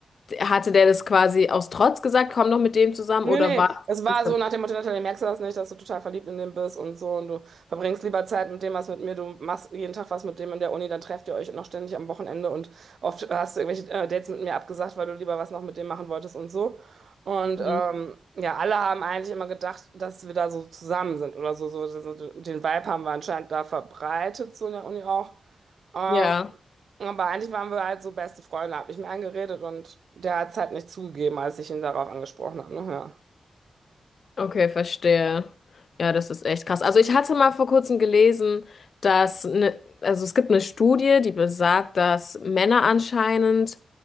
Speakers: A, on the left; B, on the right.
A: hatte der das quasi aus Trotz gesagt, komm doch mit dem zusammen
B: Nee,
A: oder
B: nee,
A: war das
B: es war
A: ganz gemacht?
B: so nach dem Motto, Natalie, merkst du das nicht, dass du total verliebt in den bist und so und du verbringst lieber Zeit mit dem, was mit mir, du machst jeden Tag was mit dem in der Uni, dann trefft ihr euch noch ständig am Wochenende und oft hast du irgendwelche äh, Dates mit mir abgesagt, weil du lieber was noch mit dem machen wolltest und so. Und
A: Mhm.
B: ähm, ja, alle haben eigentlich immer gedacht, dass wir da so zusammen sind oder so, so, so so, den Vibe haben wir anscheinend da verbreitet, so in der Uni auch. Ähm,
A: Ja,
B: aber eigentlich waren wir halt so beste Freunde, hab ich mir eingeredet und der hat es halt nicht zugegeben, als ich ihn darauf angesprochen habe, ne? Ja.
A: okay, verstehe. Ja, das ist echt krass. Also ich hatte mal vor kurzem gelesen, dass ne, also es gibt eine Studie, die besagt, dass Männer anscheinend